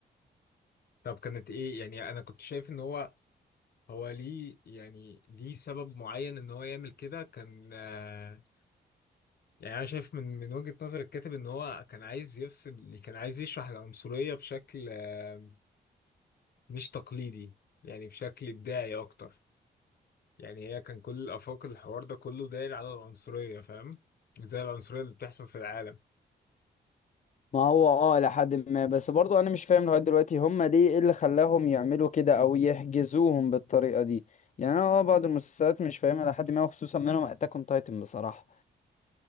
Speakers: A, on the left (about 55°); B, on the left (about 40°).
A: طب كانت ايه يعني انا كنت شايف ان هو هو ليه يعني ليه سبب معين ان هو يعمل كده كان آه، يعني انا شايف من من وجهة نظر الكاتب ان هو كان عايز يفصل كان عايز يشرح العنصرية بشكل آه، مش تقليدي يعني بشكل إبداعي أكتر يعني هي كان كل الآفاق الحوار ده كله داير على العنصرية فاهم زي العنصرية اللي بتحصل في العالم
B: ما هو اه لحد ما بس برضو انا مش فاهم لغايه دلوقتي هم ليه ايه اللي خلاهم يعملوا كده او يحجزوهم بالطريقه دي يعني انا اه بعض المسلسلات مش فاهمها لحد ما وخصوصا منهم اتاك اون تايتن بصراحه